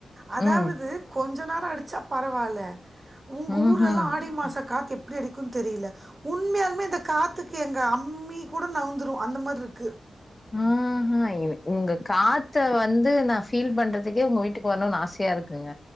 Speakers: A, on the right; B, on the left.
A: அதாவது
B: ம்
A: கொஞ்சொ நேரோ அடிச்சா பரவாயில்ல உங்க
B: ம்ஹும்
A: ஊர்லெல்லா ஆடி மாச காத்து எப்டி அடிக்குன் தெரியல உண்மையாலுமே இந்த காத்துக்கு எங்க அம்மி கூட நவந்துரு அந்த மாரிருக்கு
B: ஆஹா எனு உங்க காத்த வந்து நா பீல் பண்றதுக்கே உங்க வீட்டு வீட்டுக் வரணுன் ஆசையா இருக்குங்க